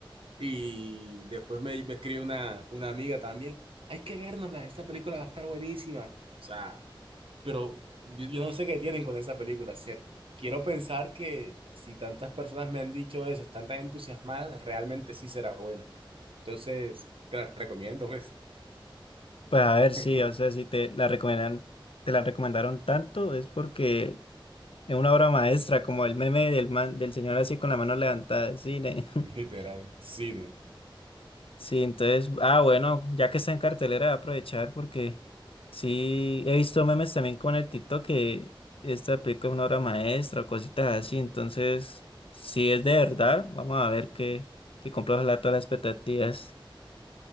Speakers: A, on the right; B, on the left.
A: Y después me, me escribe una, una amiga también, hay que vernosla, esta película va a estar buenísima. O sea, pero yo, yo no sé qué tienen con esa película. o sea, quiero pensar que si tantas personas me han dicho eso, están tan entusiasmadas, realmente sí será buena. Entonces, te la recomiendo, pues,
B: Pues a ver, sí,
A: <laughs>
B: o sea, si te la recomiendan, te la recomendaron tanto es porque Es una obra maestra, como el meme del man, del señor así con la mano levantada, sí, ne- <laughs>
A: literal, cine.
B: Sí, entonces, ah, bueno, ya que está en cartelera, voy a aprovechar porque sí, he visto memes también con el TikTok que esta película es una obra maestra o cositas así, entonces, si es de verdad, vamos a ver que, que cumpla ojalá todas las expectativas.